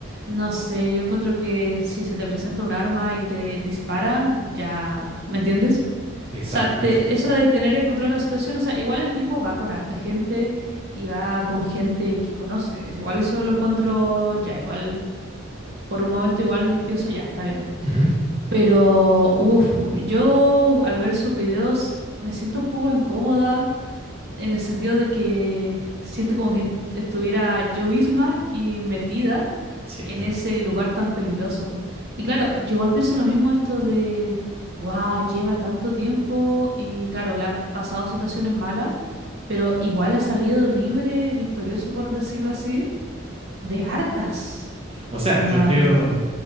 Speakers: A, on the right (about 55°); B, on the right (about 30°).
A: no sé, yo encuentro que si se te presenta un arma y te disparan, ya, ¿me entiendes?
B: Exacto,
A: O sea, te-
B: no sé.
A: eso de tener el control de la situación, o sea, igual el tipo va con harta gente y va con gente que conoce. Es igual eso lo encuentro ya, igual por un momento igual pienso ya, está bien.
B: Ujú,
A: Pero, uff, yo al ver sus videos me siento un poco incómoda en el sentido de que siento como que est- estuviera yo misma y metida
B: Cierto.
A: en ese lugar tan peligroso. Y claro, yo igual pienso lo mismo esto de, wow, lleva tanto tiempo y claro, le ha pasado situaciones malas, pero igual ha salido libre, victorioso por decirlo así, de hartas.
B: O sea,
A: Onda,
B: yo creo,
A: no.